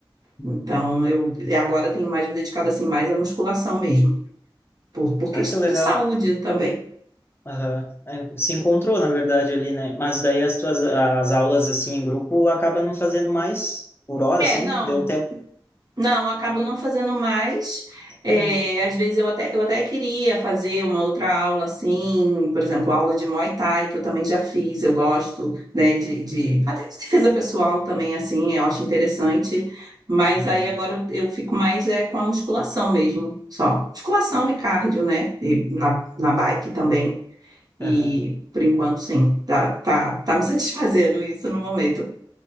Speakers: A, on the left; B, on the right.
A: uhum.
B: Então, eu e agora tenho mais me dedicado assim mais à musculação mesmo, por, por questão
A: Ah, que legal.
B: de saúde também.
A: Aham. É, se encontrou, na verdade, ali, né? Mas daí as tuas as aulas, assim, em grupo, acaba não fazendo mais por hora,
B: É,
A: assim,
B: não,
A: deu um tempo.
B: Não, acabo não fazendo mais. É,
A: Uhum.
B: às vezes eu até, eu até queria fazer uma outra aula assim, por exemplo, aula de Muay Thai, que eu também já fiz, eu gosto, né, de, de
A: Uhum.
B: até de defesa pessoal também, assim, eu acho interessante, mas
A: Uhum.
B: aí agora eu, eu fico mais é, com a musculação mesmo, só. Musculação e cardio, né, e na, na bike também, e
A: Uhum.
B: por enquanto sim, tá, tá, tá me <laughs> satisfazendo isso no momento.